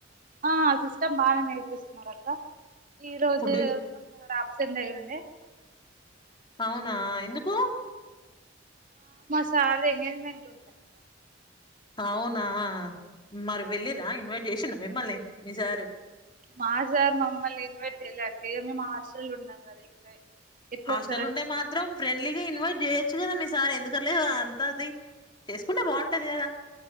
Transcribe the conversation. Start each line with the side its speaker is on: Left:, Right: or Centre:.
Right: ఆ సిస్టమ్ బాగా నేర్పిస్తున్నారు అక్క ఈ రోజు
Left: ఫుడ్
Right: రేపు అబ్సెంట్ అయ్యండే
Left: అవునా ఎందుకు
Right: సార్ ది ఎంగేజ్మెంట్ ఉంది అక్క
Left: అవునా మరి వెళ్ళిర్ర ఇన్వైట్ చేసిండ మిమ్మల్ని మీ సారు
Right: మా సార్ మమ్మల్ని ఇన్వైట్ చేయల మేమే మా హాస్టల్ ఉన్నాం కదా ఇక్కడ ఎట్లా
Left: హాస్టల్
Right: వస్తారని
Left: ఉండే మాత్రం ఫ్రెండ్లీగా ఇన్వైట్ చేయొచ్చు వచ్చు కదా మీ సారి ఎందుకుర్లేదు అంత అది చేసుకుంటే బాగుంటది కదా